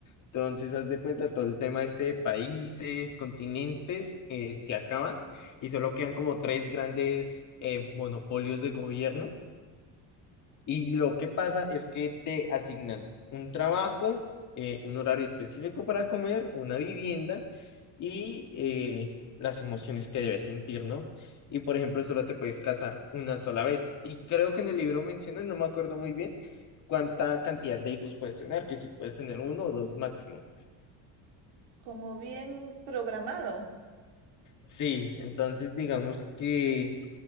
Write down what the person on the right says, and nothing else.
Como bien programado.